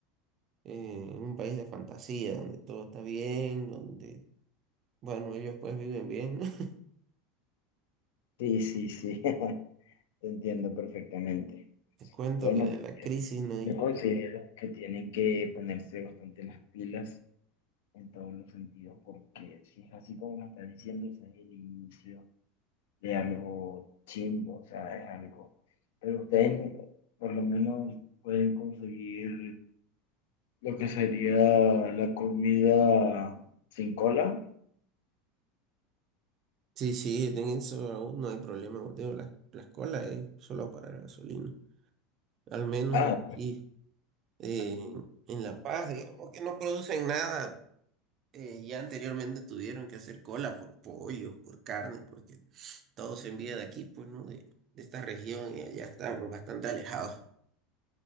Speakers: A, on the right; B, on the left.
A: eh, en un país de fantasía, donde todo está bien, donde, bueno, ellos pues viven bien. <laughs>
B: Sí, sí, sí, <laughs> te entiendo perfectamente.
A: Te cuento
B: Bueno,
A: que de
B: pues,
A: la crisis no hay...
B: yo considero que tienen que ponerse bastante las pilas en todos los sentidos, porque si es así como me estás diciendo, ese es el inicio de algo chimbo, o sea, es algo. Pero ustedes por lo menos pueden conseguir lo que sería la comida sin cola.
A: Sí, sí, en eso aún no hay problema, Mateo. La, la escuela es solo para la gasolina. Al menos
B: Ah,
A: aquí eh,
B: al menos.
A: en La Paz, digamos que no producen nada. Eh, ya anteriormente tuvieron que hacer cola por pollo, por carne, porque todo se envía de aquí, pues, ¿no? De, de esta región y allá están bastante alejados.